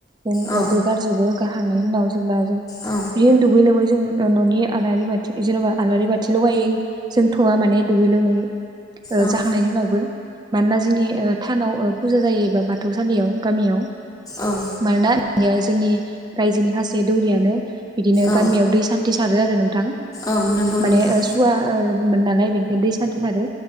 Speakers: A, on the right (about 20°); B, on the left (about 20°).
A: जों
B: औ
A: दोगार जोबो गारखांनायनि उनाव जेब्ला जों बिदिनो
B: औ
A: दुगै लोमै जों न'नि आलारि बाथि जेन'बा आलारि बाथि लगायै जोंथ'वआ माने दुगै लोमै ओ
B: औ
A: जाखांनायनि उनावबो मानोना जोंनि ओ थानाव फुजा जायो बा बाथौ सलियाव गामियाव
B: औ
A: मानोना बेयो जोंनि रायजोनि खासे दौरियानो बिदिनो
B: औ
A: गामियाव दै सान्थि सारो आरो नोंथां
B: औ नंगौ
A: माने
B: नोंथां
A: सुवा ओ मोन नालाय बेनो दै सान्थि सारो